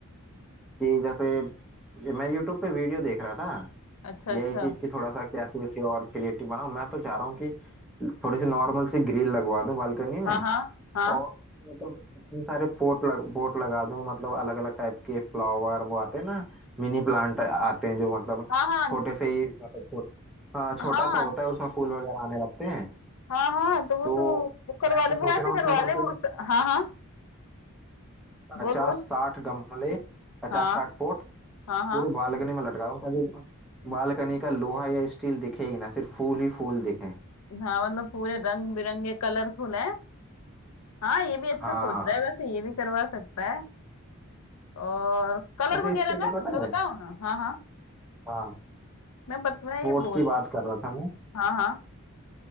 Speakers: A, in the centre; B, on the left.
A: कि जैसे मैं यूट्यूब पे वीडियो देख रहा था
B: अच्छा
A: यही
B: अच्छा
A: चीज की थोड़ा सा कैसे इसे और क्रिएटिव बनाऊं मैं तो चाह रहा हूँ कि थोड़ी सी नॉर्मल सी ग्रिल लगवा दूं बालकनी में
B: हाँ हाँ हाँ
A: और मतलब इतने सारे पोट लग, पोट लगा दूं मतलब अलग अलग टाइप के फ्लावर वो आते हैं ना मिनी प्लांट आते हैं जो मतलब
B: हाँ
A: छोटे से ही मतलब छोट, हाँ छोटा
B: हाँ
A: सा
B: हाँ
A: होता है उसमें फूल वगैरह आने लगते हैं
B: हाँ हाँ तो वो
A: तो
B: तो वो करवा
A: मैं
B: ले
A: तो सोच
B: वो ऐसे
A: रहा हूँ
B: करवा
A: उसमें कम
B: ले वो
A: से कम
B: उस- हाँ हाँ
A: पचास
B: बोल बोल
A: साठ गमले पचास
B: हाँ
A: साठ पोट
B: हाँ हाँ
A: पूरे बालकनी में लटका दूं ताकि बालकनी का लोहा या स्टील दिखे ही ना सिर्फ फूल ही फूल दिखे
B: हाँ मतलब पूरे रंग बिरंगे कलरफुल है हाँ ये भी अच्छा
A: हाँ
B: सोच रहा है वैसे ये भी करवा सकता है और कलर
A: वैसे
B: वगैरह
A: इसके
B: ना
A: लिए पता
B: मैं बताऊँ
A: है
B: ना हाँ हाँ
A: हाँ
B: मैं बत मैं
A: बोट
B: ये बोल
A: की
B: रही
A: बात कर रहा था मैं
B: हाँ हाँ